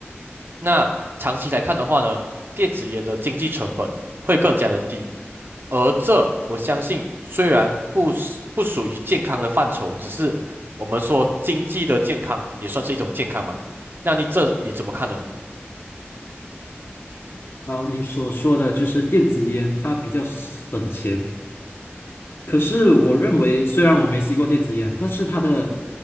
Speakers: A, on the right; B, on the left.
A: 那长期来看的话呢，电子烟的经济成本会更加的低。而这我相信，虽然不是不属于健康的范畴，只是我们说经济的健康也算是一种健康嘛。那你这你怎么看呢？
B: 然后你所说的就是电子烟，它比较省钱，可是我认为，虽然我没吸过电子烟，但是它的